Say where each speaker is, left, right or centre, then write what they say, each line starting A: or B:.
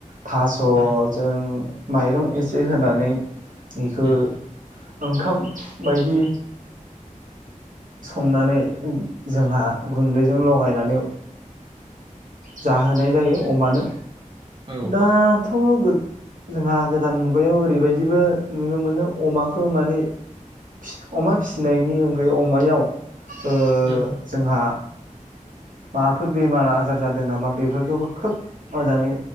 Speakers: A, on the right (about 70°); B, on the right (about 35°).
A: थास'
B: उम
A: जों माइरं एसे होनानै बेखौ
B: उम
A: ओंखाम बायदि संनानै जोंहा गुन्दैजों लगायनानै जाहोनाय जायो अमानो।
B: औ
A: दाथ। थ गो जोंहा गोदान मुगायाव ओरैबायदिबो नुनो मोनो अमाखौ माने फि अमा फिसिनायनि अनगायै अमायाव ओ
B: उम
A: जोंहा। माबाफोर बेमार आजार जादों नामा बेफोरखौबो खोब मोजाङै